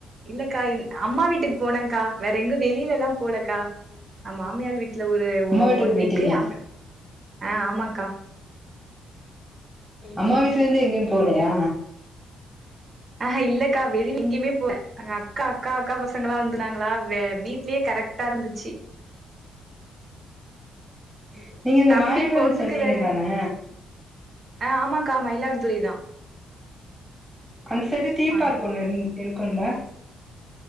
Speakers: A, on the right; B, in the centre.
A: இல்லக்கா அம்மா வீட்டுக்கு போனங்க்கா வேற எங்கு வெளியில எல்லா போலக்கா நா மாமியார் வீட்டு ல ஒரு
B: அம்மா வீட்டுக்கு
A: ஒன்
B: போயிட்டீங்க
A: வீக்கு அம் ஆ ஆமாங்க்கா
B: அம்மா வீட்ல இருந்து எங்கயு போலயா
A: ஆஹ இல்லக்கா வெளியில எங்கேயுமே போல அக்கா அக்கா அக்கா பசங்களா வந்தாங்களா வே வீட்லயே கரெக்டா இருந்துச்சி
B: ம் நீங்க இந்த
A: தம்பி
B: மாயவரம்
A: பொண்ணுக்கு
B: சொன்னீங்க
A: வேற
B: தானே
A: ஆ ஆமாக்கா மயிலாடுதுறை தா
B: அந்த சைடு தீம்
A: ம
B: பார்க் ஒண்ணு இருந்து இருக்குல்ல